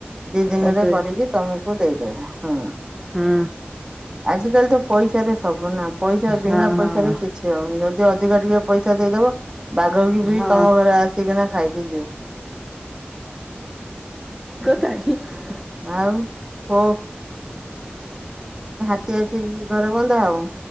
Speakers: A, on the right; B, in the centre.
A: ଦି ଦିନରେ
B: କରିଦେବେ
A: କରିକି ତମକୁ ଦେଇଦେବ ହୁଁ
B: ହୁଁ
A: ଆଜିକାଲି ତ ପଇସା ରେ ସବୁ ନା। ପଇସା ବିନା
B: ହଁ
A: ପଇସାରେ
B: ହଁ
A: କିଛି ହଉନି ଯଦି ଯିଏ ଅଧିକ ଟିକେ ପଇସା ଦେଇଦବ। ବାଘ କି ବି
B: ହଁ
A: ତମ ଘରେ ଆସିକିନା ଖାଇକି ଯିବ।
B: - <unintelligible>
A: ଆଉ କୋଉ ଖିଆ ପି କି ଘରେ ବନ୍ଧା ହବ।